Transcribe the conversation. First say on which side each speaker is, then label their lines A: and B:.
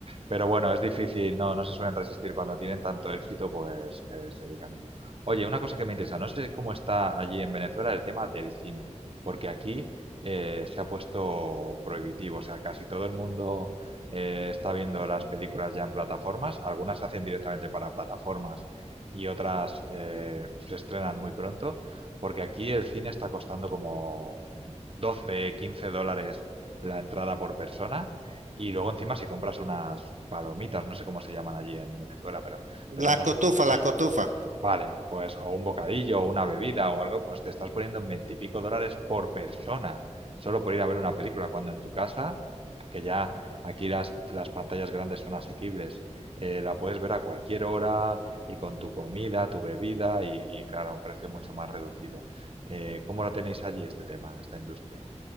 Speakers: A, on the right; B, on the right.
A: Pero bueno, es difícil, no, no se suelen resistir cuando tienen tanto éxito, pues eh, se dedican a ello. Oye, una cosa que me interesa, no sé cómo está allí en Venezuela el tema del cine, porque aquí eh, se ha puesto prohibitivo, o sea, casi todo el mundo eh, está viendo las películas ya en plataformas, algunas se hacen directamente para plataformas y otras eh, se estrenan muy pronto, porque aquí el cine está costando como 12, 15 dólares la entrada por persona y luego encima si compras unas palomitas, no sé cómo se llaman allí en Venezuela, pero te compras
B: La cotufa,
A: un bocadillo.
B: la cotufa.
A: Vale, pues o un bocadillo o una bebida o algo, pues te estás poniendo en veintipico dólares por persona, solo por ir a ver una película, cuando en tu casa, que ya aquí las, las pantallas grandes son asequibles, eh, la puedes ver a cualquier hora y con tu comida, tu bebida y, y, claro, a un precio mucho más reducido. Eh, ¿cómo lo tenéis allí este tema, esta industria?